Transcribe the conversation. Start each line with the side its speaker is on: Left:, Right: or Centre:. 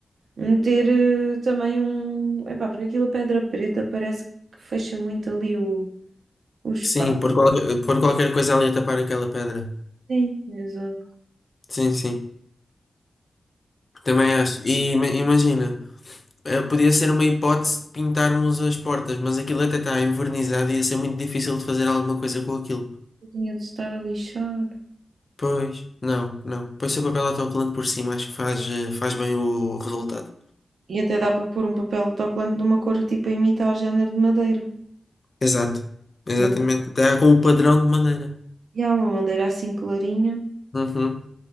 Right: meter eh, também um. Epá, porque aquilo a pedra preta parece que fecha muito ali o, o espaço.
Left: Sim, por qual- por qualquer coisa ali a tapar aquela pedra.
Right: Sim, exato.
Left: Sim, sim. Também acho. E ima- imagina, eh, podia ser uma hipótese pintarmos as portas, mas aquilo até está envernizado e ia ser muito difícil de fazer alguma coisa com aquilo.
Right: Eu tinha de estar a lixar.
Left: Pois, não, não. Pois se o papel autocolante por cima, acho que faz, eh, faz bem o resultado.
Right: E até dá para pôr um papel de autocolante de uma cor tipo a imitar género de madeira.
Left: Exato, exatamente.
Right: Uma,
Left: Está com o padrão de madeira.
Right: e há uma madeira assim clarinha.
Left: Uhum.